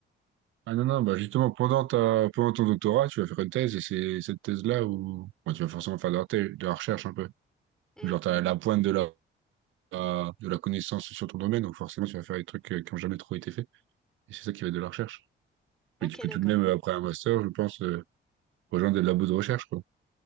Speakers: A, on the right; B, in the centre.
A: Ah non, non, bah justement, pendant ta, pendant ton doctorat, tu vas faire une thèse et c'est cette thèse-là où bon, tu vas forcément faire de la, thé- de la recherche un peu.
B: Hmm.
A: Genre, t'as la pointe de la, la- de la connaissance sur ton domaine, donc forcément, tu vas faire des trucs euh, qui ont jamais trop été faits. Et c'est ça qui va être de la recherche.
B: Ok,
A: Mais tu peux
B: d'accord.
A: tout de même, euh, après un master, je pense, euh, rejoindre des labos de recherche, quoi.